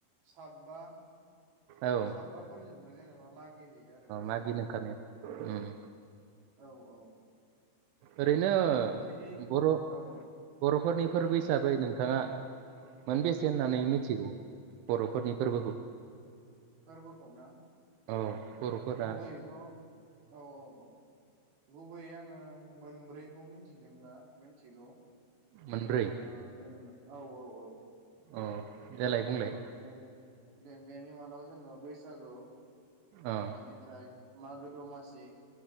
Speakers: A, on the right; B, on the right.
A: साबा
B: औ
A: साबाफोरजोंनो जेनेबा मागि हैैयो आरो बैसागुखौ
B: मागिनो ओंखारनाय उम
A: औ औ
B: आरोनो बिदिनो
A: बिदि
B: बर
A: औ औ
B: बरफोरनि फोरबो
A: उम
B: हिसाबै नों थाङा माने बेेसे होननानै
A: औ
B: मिथिगौ बर' फोरनि फोरबोखौ
A: फोरबोखौनो
B: औ बर'फोरा
A: गुबैयैथ' औ औ औ गुबैयै आङो मोनब्रैखौ मिथिदों दा मिथिगौ
B: मोनब्रै
A: आ जेनेबा औ औ औ
B: अ देलाय बुंलाय
A: बे बेनि मादाव जेनेबा बैसागु
B: अ
A: एनिफ्राय मागो दमासि